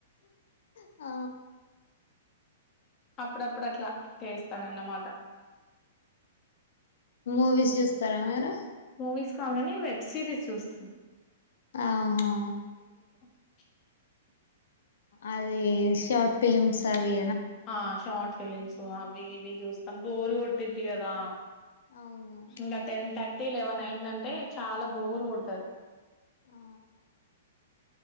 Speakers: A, on the left (about 55°); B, on the left (about 30°).
A: ఆ
B: అప్పుడప్పుడు అట్లా చేస్తానన్నమాట
A: మూవీస్ చూస్తారా మీరు
B: మూవీస్ కగానే వెబ్ సిరీస్ చూస్తాం
A: ఆహా
B: <inaudible>
A: అదే షార్ట్ ఫిలిమ్స్ అవి
B: ఆ షార్ట్ ఫీలింగ్స్ అవి ఇవి చూస్తాం బోరు కొట్టిద్ది కదా
A: అవును
B: ఇంగా టెన్ థ ర్టీ లెవెన్ అయిందంటే చాలా బోరు కొడుతది
A: ఆ